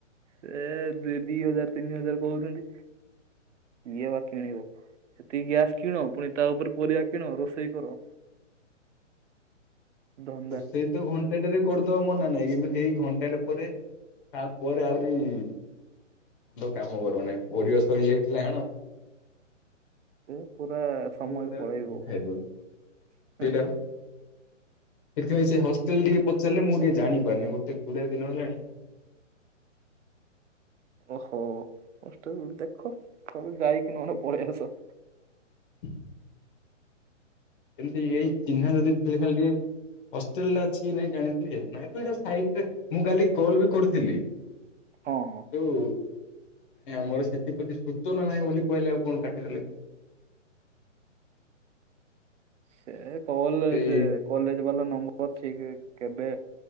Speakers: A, on the right; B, on the left.
A: ସେ ଦି ହଜାର ତିନି ହଜାର କହୁଛନ୍ତି। ଏ ବା କିଣିବ ସେତିକି ଗ୍ୟାସ୍ କିଣ ପୁଣି ତା ଉପରେ ପରିବା କିଣ ରୋଷେଇ କର। ଧନ୍ଦା
B: ରୋଷେଇ ତ ଘଣ୍ଟାଟେରେ କରିଦବା ମନା ନାହିଁ କିନ୍ତୁ ସେଇ ଘଣ୍ଟାଟ ପରେ ତାପରେ ଆହୁରି ମ ତ କାମ କର ନାହିଁ ପରିବା ସରି ଯାଇଥିଲେ
A: ଏ ପୁରା ସମୟ
B: ବହୁ ବୁଡା
A: ପଳେଇବ
B: ଖାଇଦଉ ସେଇଟାପା।
A: ପୁରା
B: ଏଥିପାଇ ସେ ହଷ୍ଟେଲ ଟିକେ ପଚାରିଲେ ମୁଁ ଟିକେ ଜାଣିପାରୁନି ଗୋଟେ ଗୁଡ଼ାଏ ଦିନ ହେଲାଣି।
A: ଓହୋ ହଷ୍ଟେଲ ଦେଖ ଥରେ ଯାଇକ ନହେଲେ ପଳାଇ ଆସ।
B: <inaudible> ଏମିତି ଏଇ
A: ଆଉ
B: ଚିହ୍ନା ଯଦି ଥିଲେ ଖାଲି ଟିକେ ହଷ୍ଟେଲଟା ଅଛି କି ନାଇଁ ଜାଣିଥିଲି ନାଇ ମୁଁ କାଲି କଲ୍ ବି କରିଥିଲି। କିନ୍ତୁ,
A: ହଁ ହଁ।
B: ନାଇଁ ଆମର ସେଥିପ୍ରତି ସୂଚନା ନାହିଁ ବୋଲି କହିଲେ ଆଉ କଣ କାଟିଦେଲେ।
A: ସେ କଲ
B: ସେଇ
A: ସେ କଲେଜ ବାଲା ନମ୍ବର ଠିକ କେବେ